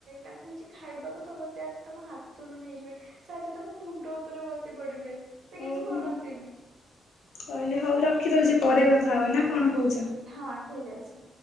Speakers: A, on the right; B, on the left.
A: ତାଙ୍କୁ କିଛି ଖାଇବାକୁ ଦବ ସେ ଆସି ତମ ହାତୁରୁ ନେଇଯିବେ। ସେ ଆସି ତମ ମୁଣ୍ଡ ଉପରେ ବସି ପଡିବେ। ସେ
B: ଓହୋ
A: କିଛି କରନ୍ତିନି।
B: କହିଲି ହଉ ରଖି ଦଉଚି ପରେ କଥା ହବା ନା କଣ କହୁଛ?
A: ହଁ ଠିକ ଅଛି।